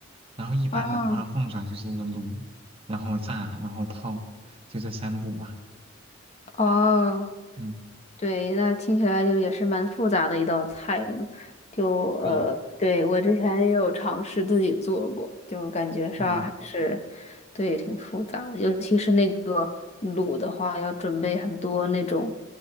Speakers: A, on the right; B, on the left.
A: 然后一般的话，
B: 啊，
A: 凤爪就是卤，然后炸，然后泡，就这三步吧。
B: 哦，
A: 嗯，
B: 对，那听起来就也是蛮复杂的一道菜呢。就呃，
A: 对，
B: 对，我之前也有尝试自己做过，就感觉上还是，
A: 嗯
B: 对，挺复杂的。尤其是那个卤的话，要准备很多那种，